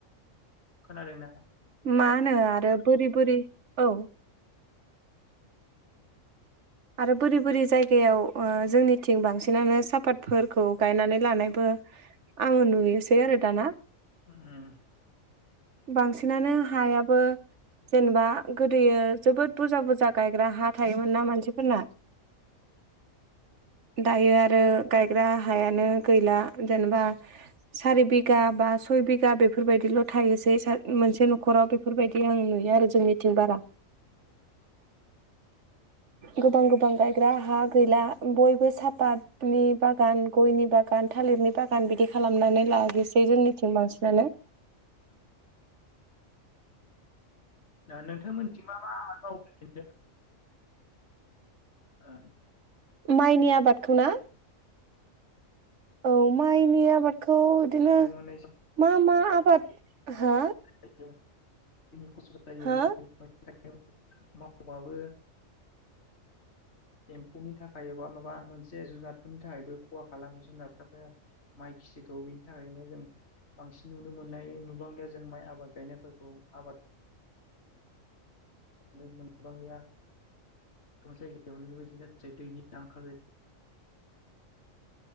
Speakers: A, on the left; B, on the right.
A: खोनादोंना?
B: मानो आरो बोरि बोरि औ।
A: <inaudible>
B: आरो बोरि बोरि जायगायाव ओ जोंनिथिं बांसिनानो सापातफोरखौ गायनानै लानायबो आङो नुयोसै आरो दाना।
A: उम।
B: बांसिनानो हायाबो जेनेबा गोदोयो जोबोद बुरजा बुरजा गायग्रा हा थायोमोन ना मानसि फोरना दायो आरो गायग्रा हायानो गैला जेनेबा सारि बिघा बा सय बिघा बेफोरबायदिल' थायोसै मोनसे न'खराव बेफोरबायदि आं नुयो आरो जोंनिथिं बारा। गोबां गोबां गायग्रा हा गैला बयबो सापाटनि बागान गयनि बागान थालिरनि बागान बिदि खालामनानै लाजोबसै जोंनिथिं बांसिनानो।
A: दा नोंथांमोनथिं मा मा आबाद मावो ओरैनो? ओ
B: माइनि आबादखौ ना? औ माइनि <inaudible> थ बिदिनो
A: नुनो मोननाय
B: मा मा <inaudible> हा
A: <inaudible> नि खस्थ' जायो
B: हा
A: बेनि थाखाय <inaudible> मावबाबो <inaudible> एम्फौनि थाखाय एबा माबा मोनसे जुनारफोरनि थाखायबो ख'हा खालामो जुनारफ्राबो माइ खिथिखौ बेनि थाखायनो जों बांसिन नुनो मोननाय नुबांलिया जों माइ आबाद गायनायफोरखौ आबाद मोनबांलिया द जायगायाव बेबायदि जै दैनि आंखाल